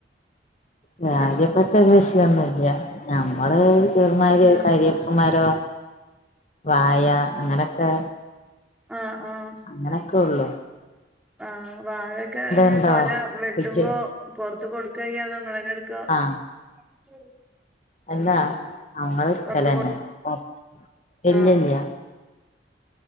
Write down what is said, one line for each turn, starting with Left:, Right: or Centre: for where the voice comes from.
Left: കാര്യപ്പെട്ട്
Centre: ഉം
Left: ട്ട കൃഷിയൊന്നുല്ല നമ്മള് ചെറുമാരി ഒര്
Centre: ഉം
Left: കര്യേപ്പ് മരം വായ അങ്ങനൊക്കെ
Centre: ആഹ് ആഹ്
Left: അങ്ങനെക്കെ ഒള്ളൂ
Centre: ആഹ് വാഴൊക്കെ അയിന്
Left: ഉണ്ടോ
Centre: കൊല വെട്ടുമ്പോ
Left: പിച്ച്
Centre: പൊറ്ത്ത്ക്കൊട്ക്കായ്യാ അതോ ഇങ്ങളെന്നെട്ക്കാ
Left: ആഹ്
Centre: എൻക്കൊര്
Left: അല്ലാ അങ്ങളെട്ക്കലന്നെ
Centre: പൊറത്ത് കൊ
Left: പൊറത്ത് ഇല്ലല്ല്യ
Centre: ആ